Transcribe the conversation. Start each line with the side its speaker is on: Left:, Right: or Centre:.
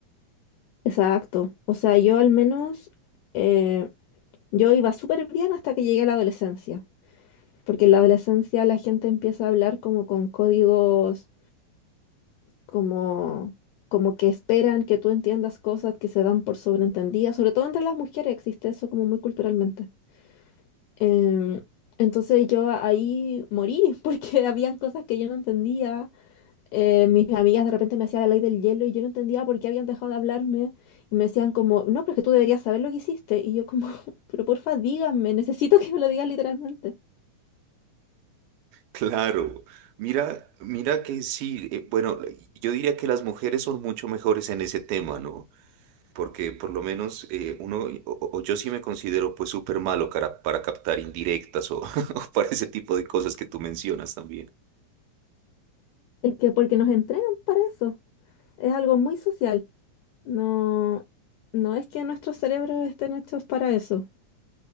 Left: Exacto. O sea, yo al menos, eh, yo iba súper bien hasta que llegué a la adolescencia, porque en la adolescencia la gente empieza a hablar como con códigos como, como que esperan que tú entiendas cosas que se dan por sobreentendidas, sobre todo entre las mujeres existe eso como muy culturalmente. Em, entonces yo ahí morí <laughs> porque habían cosas que yo no entendía. Eh, mis amigas de repente me hacían la ley del hielo y yo no entendía por qué habían dejado de hablarme y me decían como, no, pero es que tú deberías saber lo que hiciste. Y yo como, <laughs> pero porfa, díganme, necesito que me lo digas literalmente.
Right: Claro, mira, mira que sí, eh, bueno, yo diría que las mujeres son mucho mejores en ese tema, ¿no? Porque por lo menos eh, uno, o, o yo sí me considero pues súper malo para, para captar indirectas o, <laughs> o para ese tipo de cosas que tú mencionas también.
Left: Es que porque nos entrenan para eso, es algo muy social. No, no es que nuestros cerebros estén hechos para eso,